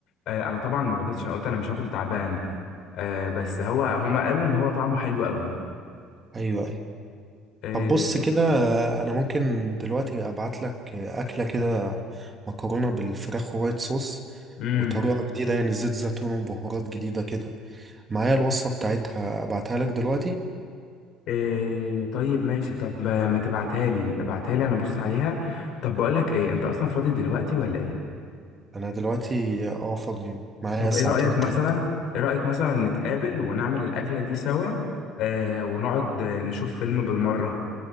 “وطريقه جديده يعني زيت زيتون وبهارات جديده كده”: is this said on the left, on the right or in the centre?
Right